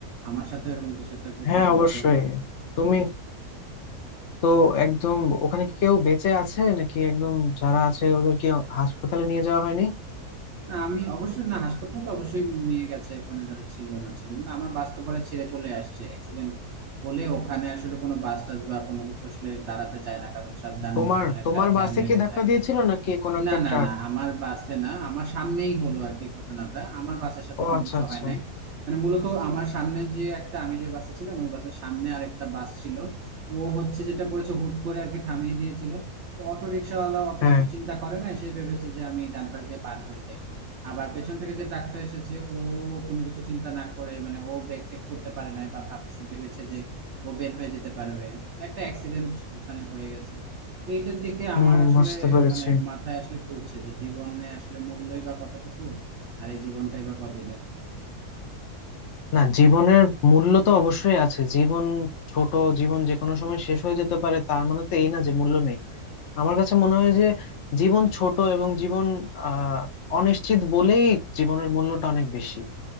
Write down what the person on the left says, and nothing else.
হ্যাঁ
অবশ্যই তুমি তো একদম ওখানে কি কেউ বেঁচে আছে নাকি একদম যারা আছে ওদেরকে হাসপাতালে নিয়ে যাওয়া হয়নি
তোমার
তোমার
বাসে
কি ধাক্কা
দিয়েছিল নাকি কোন একটা
ট্রাক
ও
আচ্ছা
আচ্ছা
হ্যাঁ
হুম
বুঝতে পেরেছি
না জীবনের মূল্য তো অবশ্যই আছে জীবন ছোট জীবন যে কোনো সময় শেষ হয়ে যেতে পারে তার মানে তো এই না যে মূল্য নেই আমার কাছে মনে হয় যে জীবন ছোট এবং জীবন আহ অনিশ্চিত বলেই জীবনের মূল্যটা অনেক বেশি